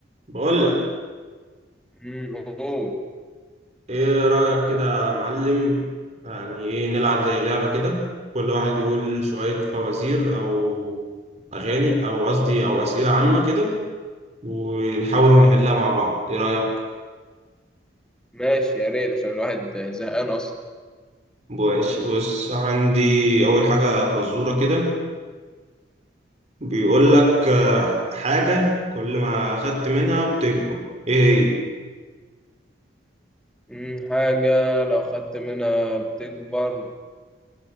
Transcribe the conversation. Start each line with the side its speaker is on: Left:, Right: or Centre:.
Right: بقول لك
Centre: مم، موجود
Right: ايه رأيك كده يا معلم يعني ايه نلعب زي لعبة كده كل واحد يقول شوية فوازير او اغاني او قصدي او أسئلة عامة كده ونحاول نحلها مع بعض ايه رأيك
Centre: ماشي يا ريت عشان الواحد زهقان أصلا
Right: ماشي بص عندي اول حاجة فزورة كده بيقول لك آه، حاجة كل ما اخدت منها بتكبر ايه
Centre: مم، حاجة لو خدت منها بتكبر